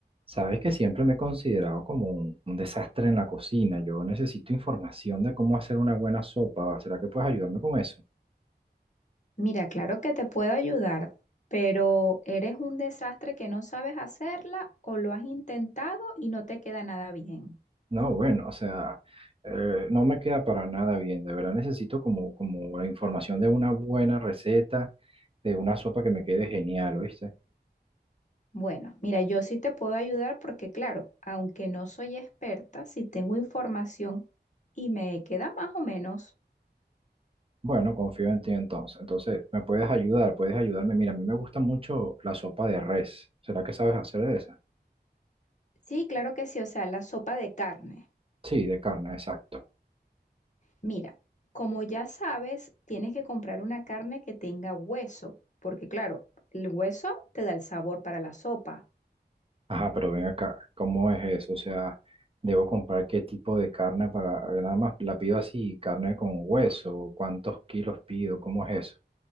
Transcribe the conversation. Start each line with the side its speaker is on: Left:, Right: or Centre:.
Right: Sabes que siempre me he considerado como un, un desastre en la cocina. Yo necesito información de cómo hacer una buena sopa. ¿Será que puedes ayudarme con eso?
Left: Mira, claro que te puedo ayudar, pero ¿eres un desastre que no sabes hacerla o lo has intentado y no te queda nada bien?
Right: No, bueno, o sea, eh, no me queda para nada bien. De verdad necesito como, como la información de una buena receta, de una sopa que me quede genial, ¿oíste?
Left: Bueno, mira, yo sí te puedo ayudar porque, claro, aunque no soy experta, sí tengo información y me queda más o menos.
Right: Bueno, confío en ti entonces. Entonces, ¿me puedes ayudar? ¿Puedes ayudarme? Mira, a mí me gusta mucho la sopa de res. ¿Será que sabes hacer de esa?
Left: Sí, claro que sí, o sea, la sopa de carne.
Right: Sí, de carne, exacto.
Left: Mira, como ya sabes, tienes que comprar una carne que tenga hueso, porque, claro, el hueso te da el sabor para la sopa.
Right: Ajá, pero ven acá, ¿cómo es eso? O sea, ¿debo comprar qué tipo de carne para, nada más la pido así, carne con hueso, cuántos kilos pido, cómo es eso?